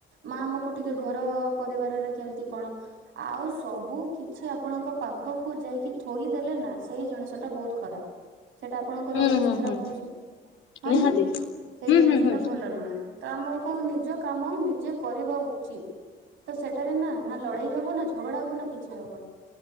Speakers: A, on the right; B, on the left.
A: ମା ଆମକୁ ଟିକେ ଘର ପରିବାରରେ କେମତି କଣ ଆଉ ସବୁ କିଛି ଆପଣଙ୍କ ପାଖକୁ ଯାଇକି ଥୋଇଦେଲେ ନା ସେଇ ଜିନିଷ ଟା ବହୁତ ଖରାପ। ସେଇଟା ଆପଣଙ୍କର
B: ହୁଁ
A: ଅଭ୍ୟାସ
B: ହୁଁ
A: ଖରାପ
B: ହୁଁ
A: ହଉଚି। ହଁ
B: ନିହାତି
A: ନା ସେଇ
B: ହୁଁ
A: ଜିନିଷ
B: ହୁଁ ହୁଁ।
A: ଟା ଭଲ ନୁହେଁ। ତ ଆମକୁ ନିଜ କାମ ନି ନିଜେ କରିବା ଉଚିତ ତ ସେଠାରେ ନା ନା ଲଢେଇ ହବ ନା ଝଗଡା ହବ ନା କିଛି ହବନି।